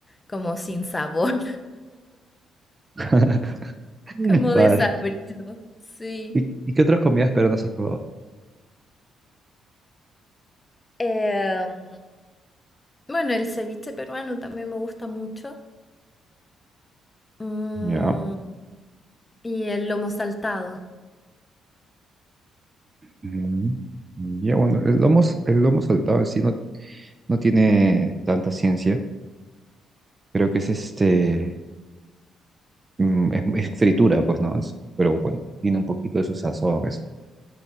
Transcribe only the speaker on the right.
<laughs>
Vale.
¿Y, y qué otras comidas peruanas has probado?
Ya.
Ujú. Ya, bueno, el lomo, s- el lomo saltado en sí no, no tiene tanta ciencia. Creo que es este, mm, es, es fritura, pues, ¿no? Es- pero bueno, tiene un poquito de su sazón. eso.